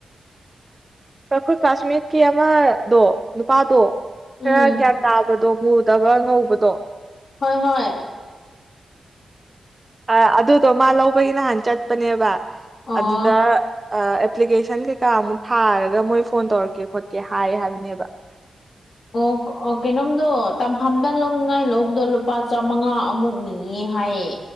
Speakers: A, on the right; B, on the left.
A: ꯑꯈꯣꯏ ꯀꯥꯁꯃꯤꯠꯀꯤ ꯑꯃꯗꯣ ꯅꯨꯄꯥꯗꯣ
B: ꯎꯝ
A: ꯈꯔ ꯒ꯭ꯌꯥꯟ ꯇꯥꯕꯗꯣ ꯃꯨꯗꯕ ꯉꯧꯕꯗꯣ
B: ꯍꯣꯏ ꯍꯣꯏ
A: ꯑꯥ ꯑꯗꯨꯗꯣ ꯃꯥ ꯂꯧꯕꯒꯤ ꯅꯍꯥꯟ ꯆꯠꯄꯅꯦꯕ
B: ꯑꯣ
A: ꯑꯗꯨꯗ ꯑꯥ ꯑꯦꯄ꯭ꯂꯤꯀꯦꯁꯟ ꯀꯩꯀꯥꯃꯨꯛ ꯊꯥꯔ ꯒ ꯃꯣꯏ ꯐꯣꯟ ꯇꯧꯔꯛꯀꯦ ꯈꯣꯠꯀꯦ ꯍꯥꯏ ꯍꯥꯏꯕꯅꯦꯕ
B: ꯑꯣ ꯀꯩꯅꯣꯝꯗꯣ ꯇꯝꯐꯝꯗ ꯂꯧꯅꯤꯡꯉꯥꯏ ꯂꯧꯕꯗꯣ ꯂꯨꯄꯥ ꯆꯥꯃꯉꯥ ꯑꯃꯨꯛ ꯅꯤ ꯅꯤꯌꯦ ꯍꯥꯏꯌꯦ